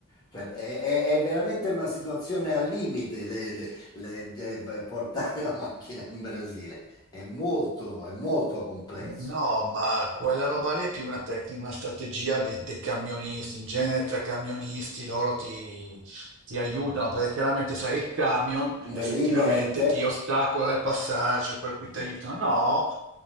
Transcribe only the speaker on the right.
No, ma quella roba lì è più una tecnica, una strategia dei, dei camionisti. In genere tra camionisti loro ti, ti aiutano perché chiaramente sai il camion
effettivamente
ti ostacola il passaggio, per cui
ti
aiutano. No,